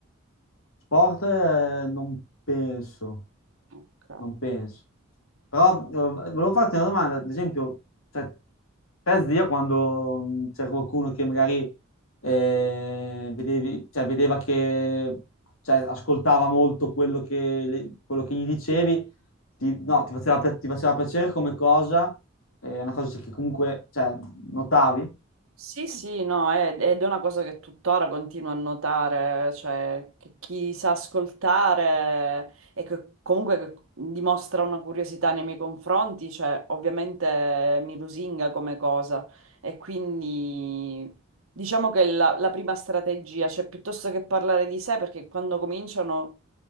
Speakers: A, on the left (about 80°); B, on the right (about 80°).
A: sport eh, non penso.
B: Ok.
A: Non penso. Però eh, volevo farti una domanda, ad esempio, cioè, te zia quando mh, c'era qualcuno che magari eh, vedevi, cioè, vedeva che cioè, ascoltava molto quello che, le- quello che gli dicevi, ti, no, ti faceva, pi- ti faceva piacere come cosa, è una cosa che comunque cioè, notavi?
B: Sì, sì, no, è- ed è una cosa che tuttora continuo a notare, cioè che chi sa ascoltare e che comunque che dimostra una curiosità nei miei confronti, cioè ovviamente mi lusinga come cosa e quindi diciamo che la, la prima strategia, cioè piuttosto che parlare di sé, perché quando cominciano